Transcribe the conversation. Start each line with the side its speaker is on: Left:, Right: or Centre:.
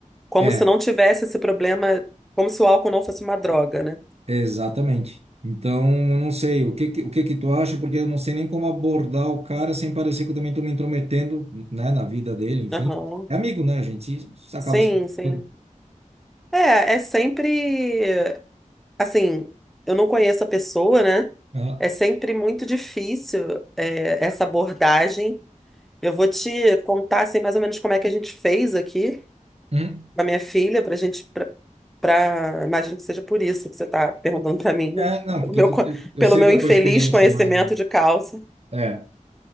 Centre: como
Right: É,
Centre: se não tivesse esse problema, como se o álcool não fosse uma droga, né?
Right: Exatamente. Então, eu não sei o que que- o que que tu acha, porque eu não sei nem como abordar o cara sem parecer que eu também estou me intrometendo, né, na vida dele, enfim.
Centre: Aham.
Right: É amigo, né, gente? Isso acaba
Centre: Sim,
Right: se preocupando.
Centre: sim. É, é sempre. Assim, eu não conheço a pessoa, né?
Right: Ah,
Centre: É sempre muito difícil, é, essa abordagem. Eu vou te contar assim, mais ou menos como é que a gente fez aqui
Right: hum.
Centre: com a minha filha, pra gente, pra, pra- imagino que seja por isso que você tá perguntando pra mim, né?
Right: É, não,
Centre: Pelo
Right: porque
Centre: meu,
Right: tu,
Centre: co-
Right: eu eu
Centre: pelo
Right: sei
Centre: meu
Right: da
Centre: infeliz
Right: tua experiência,
Centre: conhecimento
Right: mais ou menos.
Centre: de causa.
Right: É.